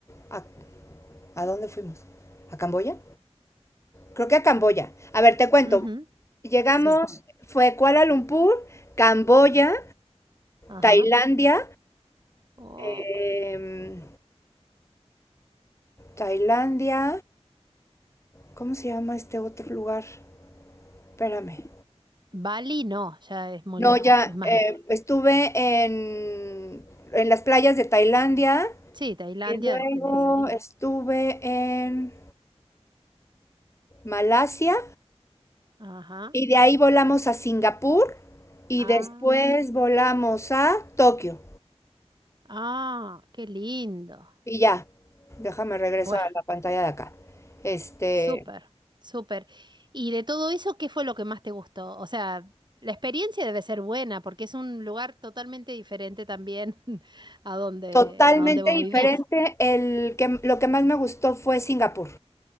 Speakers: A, on the left; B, on the right.
A: ¿a, a dónde fuimos? ¿A Camboya? Creo que a Camboya. A ver, te cuento.
B: ujú,
A: Llegamos,
B: Sí,
A: fue Kuala Lumpur, Camboya,
B: ajá.
A: Tailandia,
B: Oh.
A: em, Tailandia, ¿cómo se llama este otro lugar? Espérame.
B: Bali no, ya es muy
A: No,
B: lejos,
A: ya
B: es más
A: eh,
B: lejos.
A: estuve en, en las playas de Tailandia
B: Sí, Tailandia
A: y luego
B: tenés ahí.
A: estuve en Malasia
B: Ajá.
A: y de ahí volamos a Singapur y
B: Ah,
A: después volamos a Tokio
B: ah, qué lindo.
A: y ya. Déjame regreso
B: Bueno.
A: a la pantalla de acá. Este,
B: Súper, súper. ¿Y de todo eso, qué fue lo que más te gustó? O sea, la experiencia debe ser buena porque es un lugar totalmente diferente también <laughs> a donde,
A: totalmente
B: a donde vos
A: diferente.
B: vivís.
A: El que, lo que más me gustó fue Singapur.